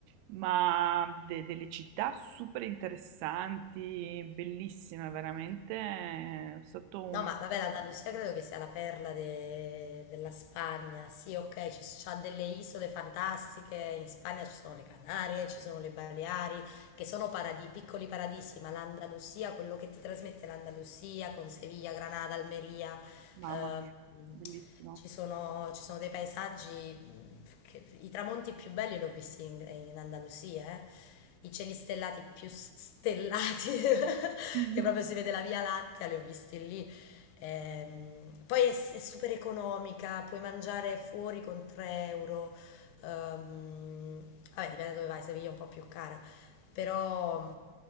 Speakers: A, on the right (about 90°); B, on the left (about 85°).
A: ma de- delle città super interessanti, bellissime veramente, è stato un...
B: No, ma vabbè, l'Andalusia credo che sia la perla de- della Spagna. Sì, ok, ci s- c'ha delle isole fantastiche. In Spagna ci sono le Canarie, ci sono le Baleari, che sono paradisi, piccoli paradisi, ma l'Andalusia, quello che ti trasmette l'Andalusia con Siviglia, Granada, Almeria,
A: Mamma
B: Ehm,
A: mia, bellissimo.
B: ci sono, ci sono dei paesaggi, mh, che- i tramonti più belli li ho visti in, in Andalusia, eh. I cieli stellati più stellati, <laughs>
A: <laughs>
B: che proprio si vede la Via Lattea, li ho visti lì. Ehm, poi è, è super economica, puoi mangiare fuori con 3 euro. Ehm, vabbè, dipende da dove vai, Seviglia è un po' più cara però